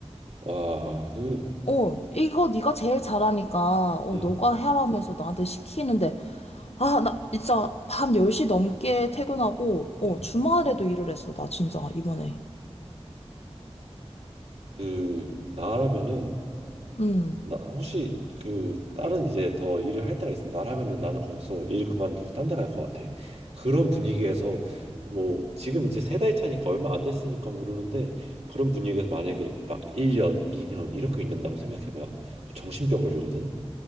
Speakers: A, on the right (about 70°); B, on the left (about 70°).
A: 와, 그,
B: 어, 이거 네가 제일 잘하니까, 어,
A: 응,
B: 너가 해라면서 나한테 시키는데, 아, 나 진짜 밤 10시 넘게 퇴근하고, 어,
A: 응.
B: 주말에도 일을 했어, 나 진짜, 이번에.
A: 그 나라면은
B: 음.
A: 나 혹시 그 다른 이제 더 일을 할 때가 있으면 나라면은 나는 거기서 일 그만두고 딴데 갈 것 같아. 그런 분위기에서 뭐 지금 이제 세 달 차니까 얼마 안 됐으니까 모르는데 그런 분위기에서 만약에 막 1년, 2년 이렇게 있는다고 생각해 봐. 정신병 걸리거든.